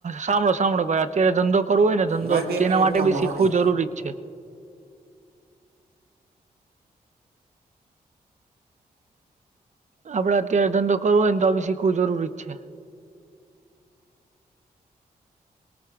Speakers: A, on the right (about 45°); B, on the right (about 70°).
A: સાંભળો સાંભળો ભાઈ અત્યારે ધંધો કરવો હોય ને ધંધો
B: ભાઈ બે
A: તેના
B: મિનિટ
A: માટે
B: થાંભો
A: બી શીખવું
B: હાકી
A: જરૂરી જ છે આપડે અત્યારે ધંધો કરવો હોય ને તો આ બી શીખવું જરૂરી જ છે